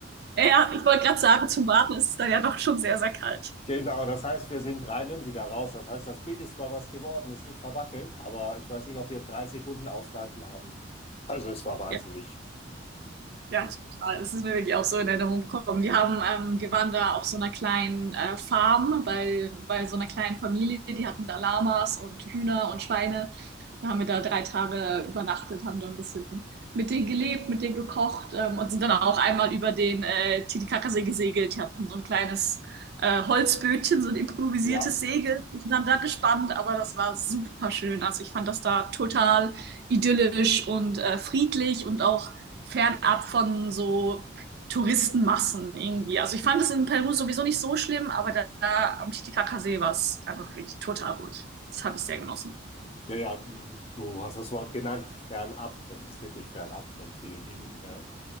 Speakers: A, on the right; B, on the left.
A: Ja, ich wollte gerade sagen, zum Baden ist es dann ja doch schon sehr, sehr kalt.
B: Genau, das heißt, wir sind rein und wieder raus. Das heißt, das Bild ist zwar was geworden, ist nicht verwackelt, aber ich weiß nicht, ob wir drei Sekunden ausgehalten haben. Also es war wahnsinnig.
A: Ja. Ja, total. Das ist mir wirklich auch so in Erinnerung gekommen. Wir haben, ähm, wir waren da auf so einer kleinen äh, Farm bei, bei so einer kleinen Familie. Die hatten da Lamas und Hühner und Schweine. Da haben wir da drei Tage übernachtet, haben da ein bisschen mit denen gelebt, mit denen gekocht ähm, und sind dann auch einmal über den äh, Titicacasee gesegelt. Die hatten so ein kleines äh, Holzbötchen, so ein improvisiertes
B: Ja,
A: Segel, sind dann da gespannt, aber das war super schön. Also ich fand das da total idyllisch und äh, friedlich und auch fernab von so Touristenmassen irgendwie. Also ich fand es in Peru sowieso nicht so schlimm, aber da, da am Titicacasee war es einfach wirklich total gut. Das habe ich sehr genossen. <laughs>
B: ja, ja, du hast das Wort genannt, fernab. Das ist wirklich fernab von vielen Dingen, gell?